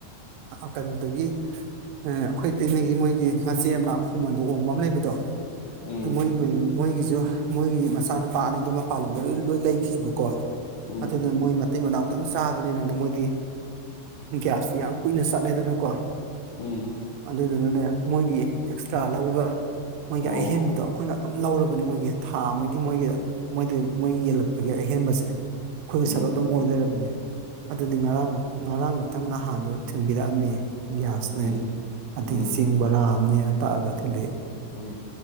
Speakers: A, on the right (about 80°); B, on the left (about 85°).
A: ꯀꯩꯅꯣꯗꯒꯤ ꯑꯩꯈꯣꯏ ꯇꯩꯃꯒꯤ ꯃꯣꯏꯒꯤ ꯃꯆꯦ ꯑꯃꯈꯣꯡꯃꯟꯗꯣ ꯑꯣꯡꯕ ꯑꯃ ꯂꯩꯕꯗꯣ
B: ꯎꯝ
A: ꯑꯗꯨ ꯃ ꯃ ꯃꯣꯏꯒꯤꯁꯨ ꯃꯣꯏꯒꯤ ꯃꯆꯥꯅꯨꯄꯥ ꯑꯅꯤꯗꯣ ꯃꯄꯥꯟ ꯂꯝꯗ ꯂꯣꯏ ꯂꯣꯏ ꯂꯩꯕꯀꯣ
B: ꯎꯝ
A: ꯑꯗꯨ ꯃꯣꯏ ꯃꯇꯩ ꯃꯅꯥꯎꯇꯪ ꯆꯥꯕꯅꯤꯅ ꯃꯣꯏꯒꯤ ꯒ꯭ꯌꯥꯁꯇꯤ ꯌꯥꯝ ꯀꯨꯏꯅꯆꯠꯂꯦꯗꯅ ꯀꯣ
B: ꯎꯝ
A: ꯑꯗꯨ ꯑꯗꯨꯅꯅꯦ ꯃꯣꯏꯒꯤ ꯑꯦꯛꯁꯇ꯭ꯔꯥ ꯂꯧꯕ ꯃꯣꯏꯒꯤ
B: ꯑꯣ
A: ꯑꯍꯦꯟꯕꯗꯣ ꯑꯩꯈꯣꯏꯅ ꯑꯗꯨꯝ ꯂꯧꯔꯕꯅꯤ ꯃꯣꯏꯒꯤ ꯊꯥ ꯑꯃꯒꯤ ꯃꯣꯏꯒꯤ ꯃꯣꯏꯗ ꯃꯣꯏꯒꯤ ꯌꯦꯜꯂꯛꯄꯒꯤ ꯑꯍꯦꯟꯕꯁꯦ ꯑꯩꯈꯣꯏꯒꯤ
B: ꯎꯝ
A: ꯁꯔꯨ ꯑꯗꯨꯝ ꯑꯣꯏꯅꯔꯕꯅꯦ ꯑꯗꯨꯗꯤ ꯉꯔꯥꯡ ꯉꯔꯥꯡ ꯃꯊꯪ ꯅꯍꯥꯟꯗ ꯊꯤꯟꯕꯤꯔꯛꯑꯝꯃꯤ <unintelligible>
B: ꯎꯝ
A: ꯑꯗꯒꯤ
B: ꯎꯝ
A: ꯆꯦꯡ ꯕꯔꯥ ꯑꯃꯅꯦ ꯇꯛꯑꯒ ꯊꯤꯜꯂꯛꯏ
B: ꯎꯝ